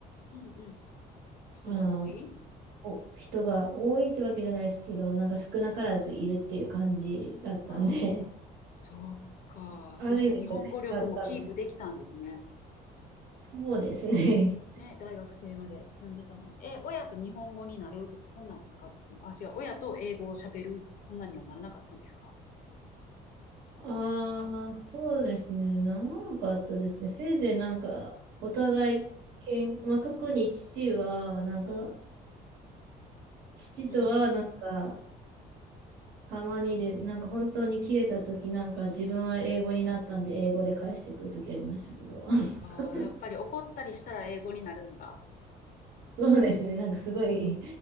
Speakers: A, on the left; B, on the right.
A: うんうん。人が多い
B: あの、お人が多いってわけじゃないですけど、なんか少なからずいるっていう感じだったんで、
A: ああー、
B: <laughs>
A: そっか。
B: ある意味特殊だったのか。
A: そうしたら日本語力もキープできたんですね。
B: <laughs> そうですね。
A: ね、大学生まで住んでたのに、え、親と日本語になるとか、そんなのはなかったあ、違う、親と英語を喋るとか、そんなにはならなかったんですか
B: <laughs> ああ、そうですね。長かあったですね。せいぜいなんか、お互いけん、
A: うん、
B: まあ、特に父は、なんか、
A: うん、
B: 父とはなんか、
A: うん。
B: たまにで、なんか本当に切れた時なんか自分は英語になったんで英語で返してくる時ありましたけど、<laughs>
A: ああ、やっぱり怒ったりしたら英語になるんだ。
B: そうですね。なんかすごい